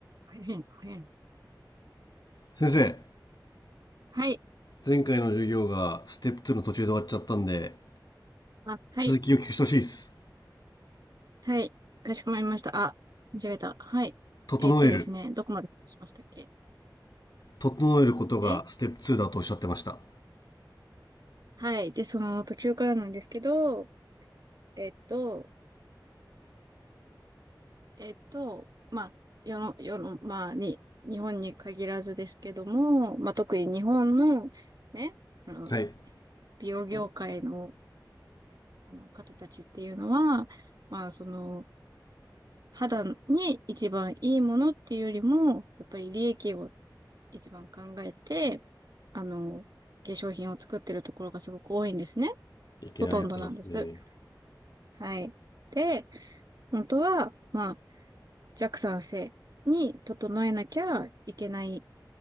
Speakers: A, on the right; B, on the left.
A: 大変、大変。
B: 先生、
A: はい。
B: 前回の授業がステップ2の途中で終わっちゃったんで、
A: あ、はい。
B: 続きを聞くしてほしいです。
A: はい。かしこまりました。あ、間違えた。はい。
B: 整える。
A: えーっとですね、どこまで話しましたっけ
B: 整えることがステップ2だとおっしゃってました。
A: えはい。で、その途中からなんですけど、えーっと、えーっと、まあ、世の、世の、まあ、に、日本に限らずですけども、まあ、特に日本の、ね、あの、
B: はい。
A: 美容業界の、あの方たちっていうのは、まあ、その、肌に一番いいものっていうよりも、やっぱり利益を一番考えて、あの、化粧品を作ってるところがすごく多いんですね。
B: いけないやつらですね。
A: ほとんどなんです。はい。で、本当は、まあ、弱酸性に整えなきゃいけない